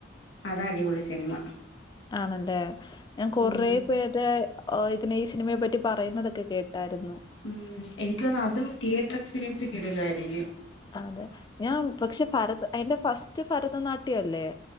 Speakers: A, on the left; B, on the left.
A: അത് അടിപൊളി സിനിമ
B: ആണല്ലേ ഞാൻ കൊറെ
A: ഉം
B: പേരെ പിന്നെ ഈ സിനിമയെ പറ്റി പറയുന്നതൊക്കെ കേട്ടായിരുന്നു
A: ഉം എനിക്ക് തന്ന അതും തിയേറ്റർ എക്സ്പീരിയൻസ് കിടിലൻ ആയിരിക്കും
B: അതെ ഞാൻ പക്ഷെ ഭരത അയിറെ ഫസ്റ്റ് ഭരതനാട്യംല്ലേ